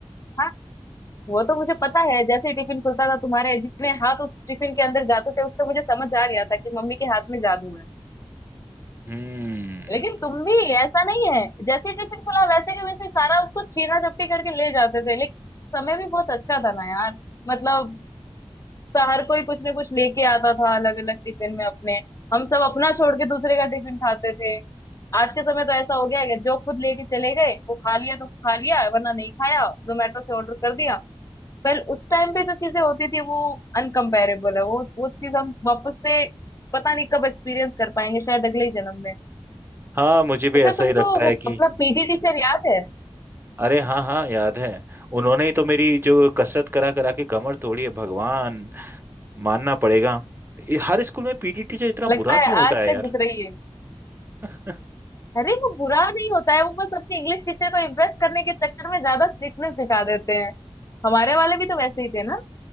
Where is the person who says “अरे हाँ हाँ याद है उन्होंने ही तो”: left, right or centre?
Right